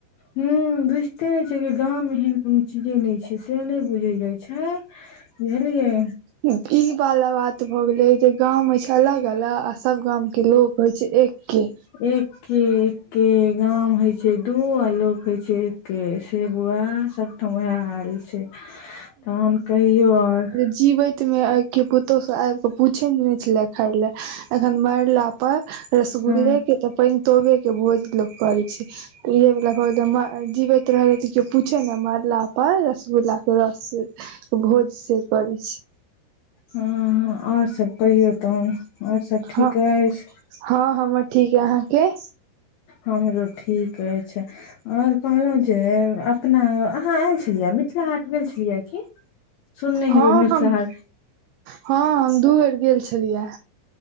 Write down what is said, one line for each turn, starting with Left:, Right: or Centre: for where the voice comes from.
Left: हू बुझिते नै छै गाँव मे एहन कोनो चीजे नहि छै से नहि बुझे जाय छै बुझलियै
Right: ई वाला बात भऽ गेले जे गाँंव मे छै अलग अलग सब गामके लोक होइ छै एके
Left: एक के एके गाँव होय छै दू आ लोक होय छै एके से व बोआ सब ठम ओहै हाल छै तहन कहियौ आओर
Right: जीबैतमे आ की पुतहु सब आबि कऽ पूछय नहि छलै खाय लए एखन मरला पर रसगुलेकेँ
Left: हँ
Right: तऽ पैन तोबे के भोज लोक करे छै इहे वला भ भेलै म जीवैत रहलै तऽ केओ पूछे नइ आ मारला पर रसगुल्ला के रस भोज से करै छै
Left: हूँ हूँ आओर सभ कहियौ तखन आओर सभ ठीक
Right: हँ
Left: अछि
Right: हँ हमर ठीक य अहाँकेँ
Left: हमरो ठीक अछि आओर कहलहुँ जे अपना अहाँ आयल छलियै मिथिला हाट गेल छलियै की सुनने
Right: हँ
Left: हेबै मिथिला
Right: हम
Left: हाट
Right: हँ हम दू बेर गेल छलि ये